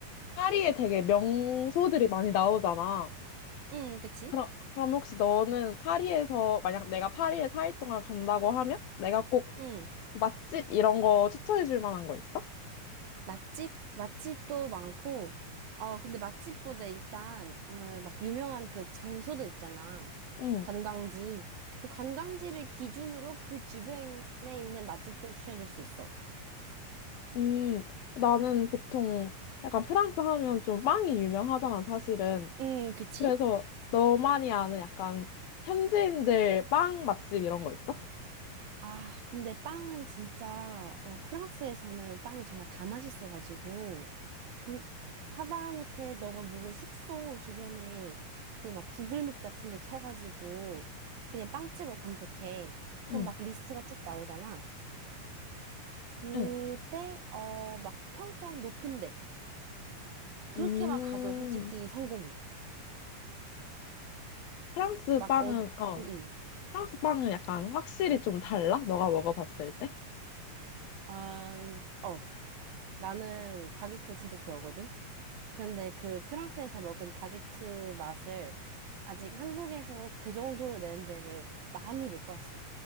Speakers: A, on the left; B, on the right.
A: 파리에 되게 명소들이 많이 나오잖아.
B: 응, 그치?
A: 그럼, 그럼 혹시 너는 파리에서, 만약 내가 파리에 4일 동안 간다고 하면 내가 꼭
B: 응.
A: 맛집 이런 거 추천해 줄 만한 거 있어?
B: 맛집? 맛집도 많고, 어, 근데 맛집보다 일단, 어, 막 유명한 그 장소들 있잖아.
A: 응.
B: 관광지. 그 관광지를 기준으로 그 주변에 있는 맛집들을 추천해 줄 수 있어.
A: 음, 나는 보통 약간 프랑스 하면 좀 빵이 유명하잖아, 사실은.
B: 음, 그치?
A: 그래서 너만이 아는 약간 현지인들 빵 맛집 이런 거 있어?
B: 아, 근데 빵은 진짜, 어, 프랑스에서는 빵이 정말 다 맛있어가지고, 그, 하다못해 너가 묵을 숙소 주변에 그 막 구글맵 같은 데 켜가지고, 그냥 빵집을 검색해. 그럼
A: 응,
B: 막 리스트가 쭉 나오잖아. 그때,
A: 응.
B: 어, 막 평점 높은데. 그렇게만
A: 음,
B: 가도 솔직히 성공해.
A: 프랑스
B: 막,
A: 빵은,
B: 어, 응,
A: 어,
B: 응.
A: 프랑스 빵은 약간 확실히 좀 달라? 너가 먹어봤을 때?
B: 아, 음, 어, 나는 바게트 진짜 좋아하거든? 근데 그 프랑스에서 먹은 바게트 맛을 아직 한국에서 그 정도로 낸 데를 많이 못 봤어.